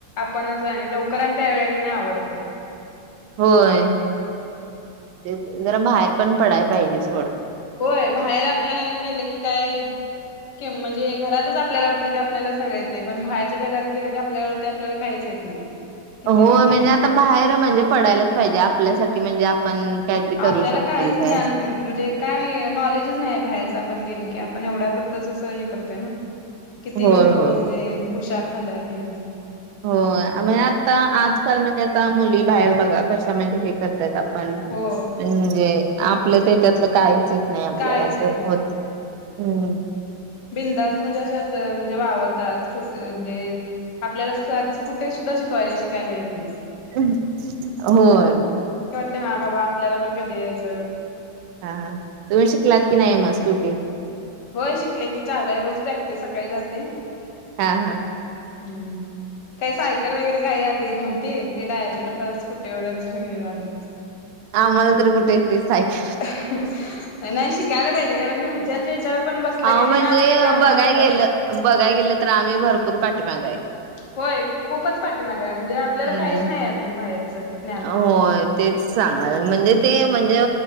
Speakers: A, on the left; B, on the right.
A: आपणच आणि लवकर आणि त्या वेळेला आणि आवरते.
B: होय -तेज जरा बाहेर पण पडाय पाहिजेच
A: होय बाहेर आपल्याला गेल की काय कीम म्हणजे घरातच आपल्याला वाटत की आपल्याला सगळ येत ते पण बाहेरच्या जगात गेल की आपल्या वाटतय आपल्याला काहीच येत नाही किती
B: हो
A: लोक
B: म्हणजे आता बाहेर म्हणजे पडायलाच पाहिजे आपल्यासाठी म्हणजे आपण काहीतरी करू
A: आपल्याला
B: शकतोय
A: काहीच
B: काय
A: ज्ञान म्ह म्हणजे काय नॉलेजच नाही बाहेरच ज आपण गेलो की आपण एवढ्यापुरतच असं हे करतोय ना किती
B: होय
A: लोक व
B: होय
A: मजे हुशार झाल्यात हे
B: होय अमी आत्ता आजकाल म्हणजे आता मुली बाहेर बघा कशा म्हणजे हे करतायत त आपण म्हंजे
A: हो
B: आपलं ते त्यातलं कायचं येत नाही आपल्याला
A: कायच
B: असं
A: येत नाही
B: होत. हम्म
A: बिंदास्त म्हणजे अशाच म्हणजे वावरतात कुट म्हणजे आपल्यालाच आधी कुठे सुद्धा शिकवाय शिकायला येत नाही.
B: होय.
A: ते हा बाबा आपल्याला पण कधी यायचं,
B: हा हा तुम्ही शिकलात कि नाही मग स्कूटी?
A: होय शिकले की चालय रोज प्रॅक्टिस सकाळी जाते.
B: हा हा
A: हम्म काही सायकल वगैरे काही यात येत नव्हती ते डायरेक्ट आताच स्कुटीवरच ठेव ही झाले.
B: आम्हाला तर कुठे येते सायकल
A: <unintelligible> नाही नाही शिकायला पाहिजे कारण की घरच्यांच्या ह्याच्यावर पण बसलं
B: अव
A: नाही
B: म्हणजे
A: मग आपली कामं
B: बघाय
A: राहतात.
B: गेलं बघाय गेलं तर आम्ही भरपूर पाठीमाग हाय.
A: होय खूपच पाठ पाठीमागय म्हणजे, आपल्याला
B: हम्म
A: काहीच नाही अजून बाहेरच ज्ञान
B: होय तेच सांगाल म्हणजे ते म्हणजे,